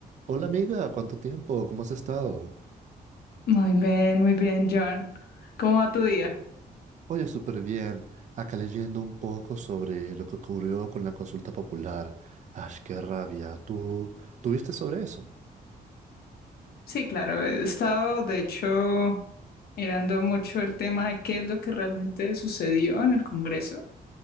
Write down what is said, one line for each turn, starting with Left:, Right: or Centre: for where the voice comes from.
Right: Hola amiga, ¿cuánto tiempo? ¿Cómo has estado?
Left: Muy bien, muy bien, John. ¿Cómo va tu día?
Right: Oye, súper bien. Acá leyendo un poco sobre lo que ocurrió con la consulta popular. Ay, qué rabia. ¿Tú, tú viste sobre eso?
Left: Sí, claro, he estado, de hecho, mirando mucho el tema de qué es lo que realmente sucedió en el Congreso,